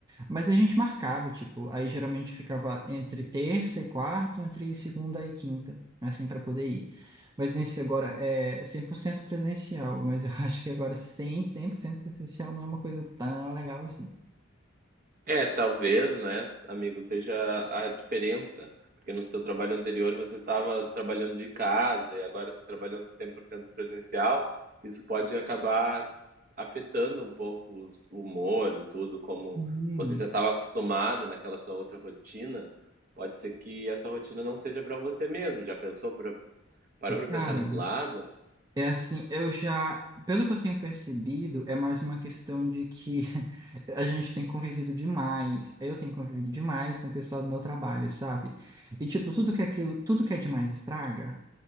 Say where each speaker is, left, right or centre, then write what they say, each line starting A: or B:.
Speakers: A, on the right; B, on the right.
A: Mas a gente marcava, tipo, aí geralmente ficava entre terça e quarta, entre segunda e quinta, assim, para poder ir. Mas nesse agora é 100% presencial, mas eu <laughs> acho que agora cem cem por cento presencial não é uma coisa tão legal assim.
B: É, talvez, né, amigo, seja a diferença, porque no seu trabalho anterior você estava trabalhando de casa e agora está trabalhando 100% presencial. Isso pode acabar afetando um pouco o humor e tudo, como
A: Hum,
B: você já estava acostumado naquela sua outra rotina. Pode ser que essa rotina não seja para você mesmo. Já pensou pra, parou para pensar
A: cara,
B: nesse lado?
A: é assim, eu já, pelo que eu tenho percebido, é mais uma questão de que <laughs> a gente tem convivido demais, eu tenho convivido demais com o pessoal do meu trabalho, sabe? E tipo, tudo que é aquilo, tudo que é demais estraga.